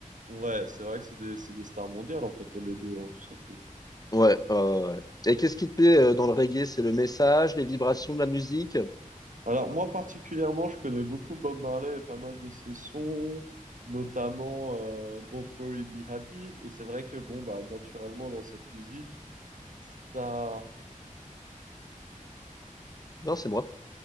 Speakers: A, on the right; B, on the left.
A: Ouais, c'est vrai que c'est des, c'est des stars mondiales en fait les deux, hein, tout simplement.
B: Ouais, ouais, ouais. ouais. Et qu'est-ce qui te plaît euh, dans le reggae? C'est le message, les vibrations de la musique?
A: Alors, moi particulièrement, je connais beaucoup Bob Marley et pas mal de ses sons, notamment euh, Don't Worry, Be Happy. Et c'est vrai que, bon, bah, naturellement, dans cette musique, ça,
B: Non, c'est moi.